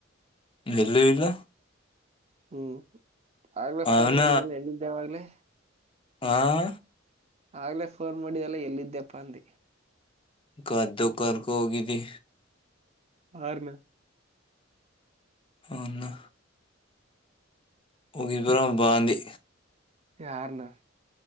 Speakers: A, on the left; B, on the right.
A: ಎಲ್ಲಿ ಇಲ್ಲ
B: ಹ್ಮ್ ಆಗ್ಲೆೇ
A: ಅವನ
B: ಫೋನ್ ಮಾಡಿದಾನ ಎಲ್ಲಿದ್ದೇವಾಗ್ಲೇ
A: ಹಾಂ
B: ಆಗ್ಲೇ ಫೋನ್ ಮಾಡಿದೆಲ್ಲ ಎಲ್ಲಿದ್ದ್ಯಪ್ಪಾ ಅಂದ.
A: ಗದ್ದು ಕರ್ಗ ಹೋಗಿದ್ದಿ.
B: ಯಾರನ್ನ
A: ಹನ್ನು. ಹೋಗಿದ್ವಲ್ಲ ಬಾ ಅಂದೇ
B: ಯಾರನ.